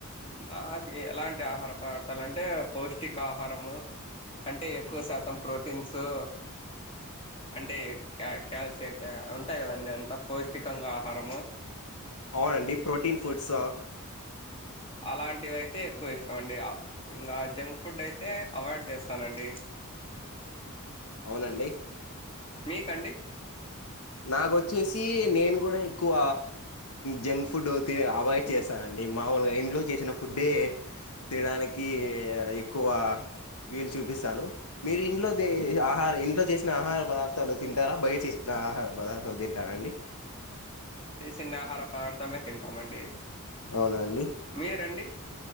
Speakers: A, on the left; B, on the left.
A: నాకు ఎలాంటి ఆహార పడతాలంటే పౌష్టికా ఆహారము అంటే ఎక్కువ శాతం ప్రోటీన్సు అంటే క్యాల్షియం ఉంటాయి కదండి అంత పౌష్టికంగా ఆహారము
B: అవునండి ప్రోటీన్ ఫుడ్సా
A: అలాంటివి అయితే ఎక్కువ ఇష్టం అండి ఇంకా జంక్ ఫుడ్ అయితే అవాయిడ్ చేస్తానండి
B: అవునండి
A: మీకండి
B: నాకుొచ్చేసి నేను కూడా ఎక్కువ జంక్ ఫుడ్ తి అవాయిడ్ చేస్తానండి మామూలుగా ఇంట్లో చేసిన ఫుడ్డే తినడానికి ఎక్కువ వీలు చూపిస్తాను మీరు ఇంట్లో ఆహార ఇంట్లో చేసిన ఆహార పదార్థాలు తింటారా బయట చేసిన ఆహార పదార్థలు తింటారా అండి
A: చిన్న ఆహార పదార్ధమే తింటామండి
B: అవునా అండి
A: మీరండి